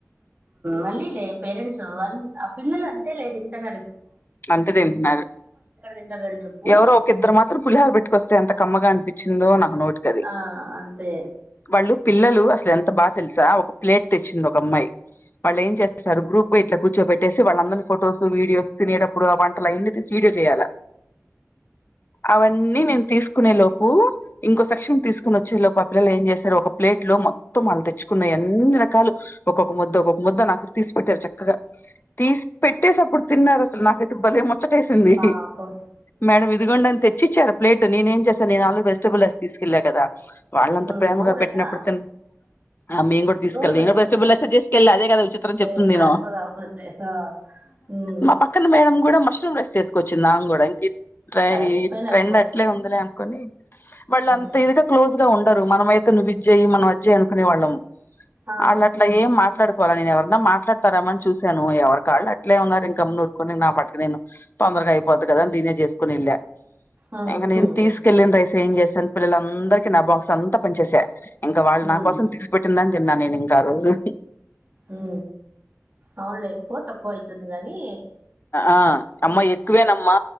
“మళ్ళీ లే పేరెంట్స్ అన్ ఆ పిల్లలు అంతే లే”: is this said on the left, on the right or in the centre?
Right